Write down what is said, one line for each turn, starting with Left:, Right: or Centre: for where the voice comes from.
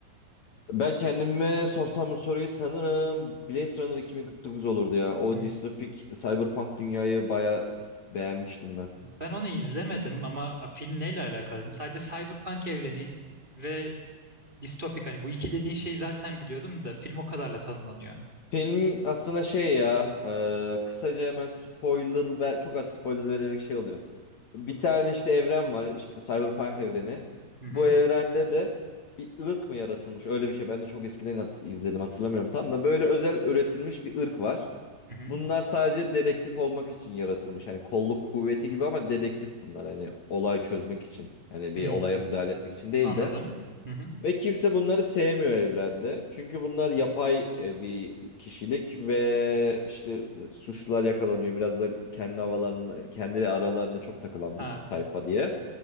Left: Ben kendime sorsam bu soruyu sanırım Blade Runner 2049 olurdu ya. O
Right: Hmm.
Left: distopik cyberpunk dünyayı baya beğenmiştim ben.
Right: Ben onu izlemedim ama film neyle alakalı? Hani Sadece Cyberpunk evreni ve distopik hani bu iki dediğin şeyi zaten biliyordum da film o kadarla tanımlanıyor.
Left: Film aslında şey ya e, kısaca hemen spoiler ve çok az spoiler vererek şey oluyor. Bir tane işte evren var işte Cyberpunk evreni.
Right: Hı
Left: Bu
Right: hı.
Left: evrende de bir ırk mı yaratılmış öyle bir şey. Ben de çok eskiden hat- izledim hatırlamıyorum tam da böyle özel üretilmiş bir ırk var.
Right: Hı hı.
Left: Bunlar sadece dedektif olmak için yaratılmış. Hani kolluk kuvveti gibi ama dedektif bunlar hani olay çözmek için. Hani bir
Right: Hmm,
Left: olaya müdahale etmek için değil
Right: Anladım.
Left: de.
Right: Hı hı.
Left: Ve kimse bunları sevmiyor evrende. Çünkü bunlar yapay e, bir kişilik ve işte e, suçlular yakalanıyor. Biraz da kendi havalarını, kendi aralarına çok takılan
Right: Ha,
Left: bir tayfa diye.